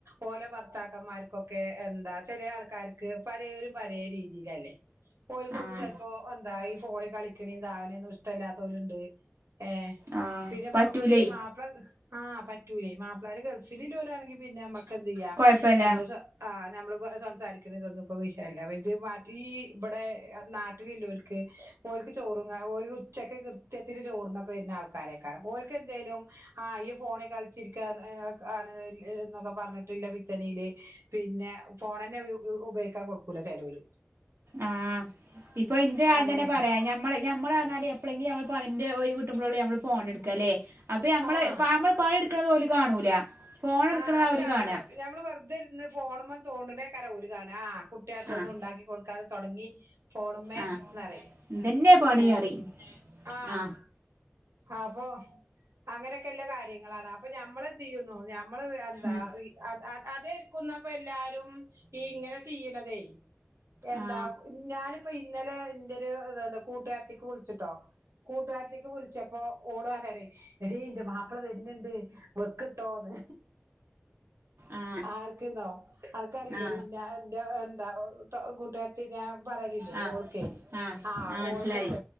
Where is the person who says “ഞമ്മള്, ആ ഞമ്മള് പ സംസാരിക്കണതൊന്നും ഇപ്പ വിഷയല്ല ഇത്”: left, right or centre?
Right